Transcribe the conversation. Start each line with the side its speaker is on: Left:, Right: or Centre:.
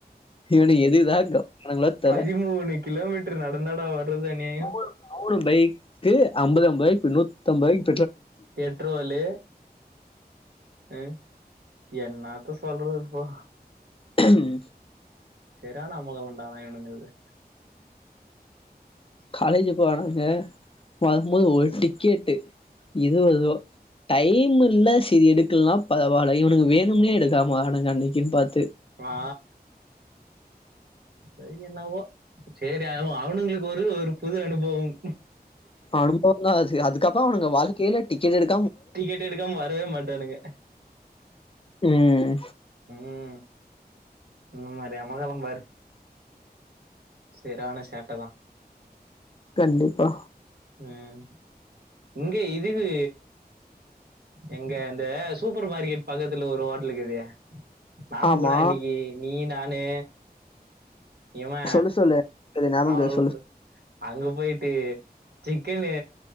Left: இவனு எதுதான் கவனங்களோ தெல
Right: பதிமூணு கிலோமீட்டர் நடந்தாடா வர்றது அநியாயம்
Left: மூண மூணு பைக்கு ஐம்பது ஐம்பது வாய்க்கு நூத்தம்பதுதாயு
Right: பெட்ரோலு அஹ் என்னாத் இப்ப சொல்றது ப்போ
Left: உம்
Right: சரியான அமகளம் ட இவனுங்கள்து
Left: காலேஜ் போனாங்க வரும்போது ஒரு டிக்கெட்டு இறுவர்ப டைம் இருந்த சரி எடுக்கலனா பரவல இவனுக்கு வேணும்னு எடுக்காம வரனுங்க அன்னைக்குன்னு பாத்து
Right: க்லா ச என்னாவோ செரி அவன் அவனுங்களுக்கு ஒரு ஒரு புது அனுபவம்
Left: அனுபவம் தான் அது அதுக்கப்புற அவனங்க வாழ்க்கையில டிக்கெட் எடுத்
Right: டிக்கெட் எடுக்காம வரவே மாட்டானுங்க
Left: ம்
Right: உம் இந்த மாரி அமர்க்களம் பாரு சேரான ஷேட்டதான்
Left: கண்டிப்பா
Right: உம் இங்க இதுவு எங்க இந்த சூப்பர் மார்க்கெட் பக்கத்துல ஒரு ஹோட்டலுக்குதே நாம
Left: ஆமா
Right: கூட அன்னைக்கு நீ நானு ஏமா
Left: சொல்லு சொல்லு இது ஞாபகங்குது
Right: அவபொ
Left: சொல்லு
Right: அங்க போயிட்டு சிக்கனு